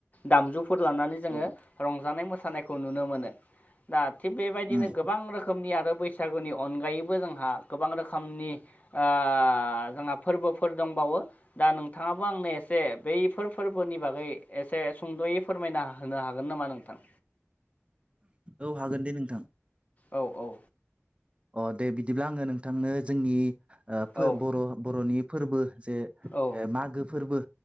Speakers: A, on the left; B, on the right.
A: दामजुफोर लानानै जोङो
B: औ
A: रं जानाय मोसानायखौ नुनो मोनो दा थिग बेबायदिनो
B: उम
A: गोबां रोखोमनि आरो बैसागुनि अनगायैबो जोंहा गोबां रोखोमनि ओ जोंहा फोरबोफोर दं बावो दा नोंथाङाबो आंनो एसे बैफोर फोरबोनि बागै एसे सुंद'यै फोरमायना होनो हागोन नामा नोंथां
B: औ हागोन दे नोंथां
A: औ औ
B: अ दे बिदिब्ला आङो नोंथांनो जोंनि
A: औ
B: बर' बर'नि फोरबो जे
A: औ
B: मागो फोरबो